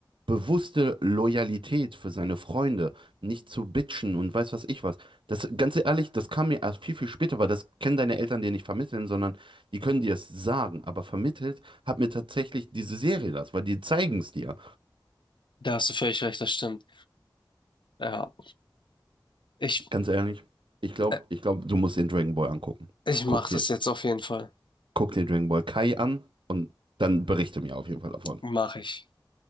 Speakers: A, on the right (about 80°); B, on the left (about 70°).
A: bewusste Loyalität für seine Freunde, nicht zu bitchen und weiß was ich was, das, ganz ehrlich, das kam mir erst viel, viel später, weil das können deine Eltern dir nicht vermitteln, sondern die können dir es sagen. Aber vermittelt hat mir tatsächlich diese Serie das, weil die zeigen es dir.
B: da hast du völlig recht, das stimmt. Ja, ich,
A: Ganz ehrlich, ich glaube,
B: äh,
A: ich glaub, du musst den Dragon Ball angucken.
B: ich mache
A: Guck dir,
B: das jetzt auf jeden Fall.
A: guck dir Dragon Ball Kai an und dann berichte mir auf jeden Fall davon.
B: Mache ich.